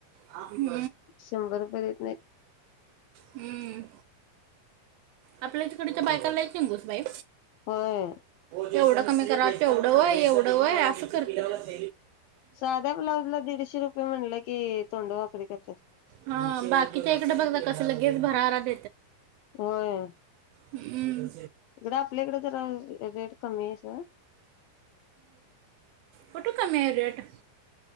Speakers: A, on the right; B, on the left.
A: हम
B: शंभर रुपये देत नाहीत
A: हम्म आपल्या तिकडच्या बायका लय चिंगूस बाई
B: होय
A: तेवढं कमी करा. तेवढं वय एवढं वय असं करत्यात
B: साध्या ब्लाउज ला दीडशे रुपये म्हणलं की तोंड वाक <unintelligible>
A: हा बाकीच्या इकड बघ जा कस लगेच भरारा <unintelligible>
B: होय
A: हम् हम्म
B: इकडं आपल्या इकडे जरा रेट कमी आहे सोड
A: कुठ कमी हाय रेट